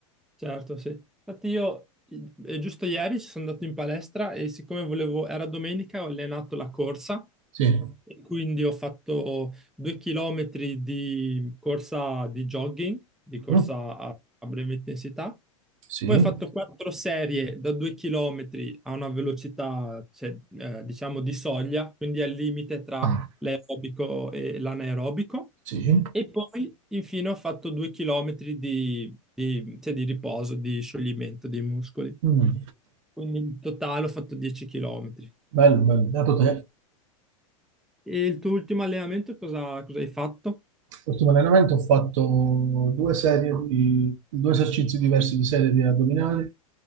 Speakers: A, in the centre; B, on the right.
A: Certo, sì. Infatti io i- eh, giusto ieri sono andato in palestra e siccome volevo, era domenica, ho allenato la corsa
B: Sì.
A: e quindi ho fatto due chilometri di corsa di jogging, di corsa
B: Mm?
A: a, a breve intensità.
B: Sì.
A: Poi ho fatto quattro serie da due chilometri a una velocità, cioè, eh, diciamo, di soglia, quindi al limite tra
B: Ah,
A: l'aerobico e l'anaerobico.
B: Sì.
A: E poi, infine, ho fatto due chilometri di, di- cioè, di riposo, di scioglimento dei muscoli.
B: Mm.
A: Quindi in totale ho fatto 10 chilometri.
B: Bello, bello. Beato te.
A: E il tuo ultimo allenamento cosa, cosa hai fatto?
B: L'ultimo allenamento ho fatto due serie di, due esercizi diversi di serie di addominali,